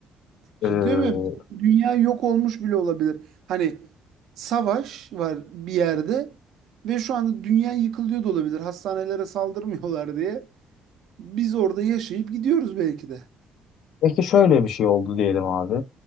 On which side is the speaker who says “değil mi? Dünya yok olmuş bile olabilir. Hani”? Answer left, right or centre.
Right